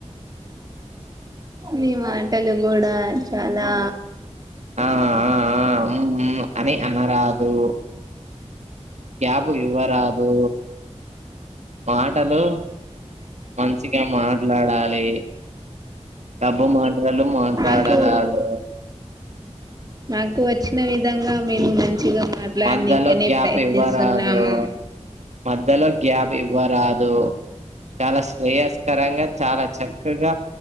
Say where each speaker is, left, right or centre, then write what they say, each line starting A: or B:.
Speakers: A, on the right; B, on the right.
A: మీ మాటలు కూడా చాలా
B: ఆ ఆ ఆ ఉమ్ ఉమ్ అని అనరాదు గ్యాపు ఇవ్వరాదు మాటలు మంచిగా మాట్లాడాలి డబ్బు మాటలను మా
A: మాకు
B: వాడరాదు
A: మాకు వచ్చిన విధంగా మేము మంచి మంచిగా మాట్లాడనికనే
B: మధ్యలో గ్యాప్
A: ప్రయత్నిస్తున్నాము
B: ఇవ్వరాదు మధ్యలో గ్యాప్ ఇవ్వరాదు చాలా శ్రేయస్కరంగా చాలా చక్కగా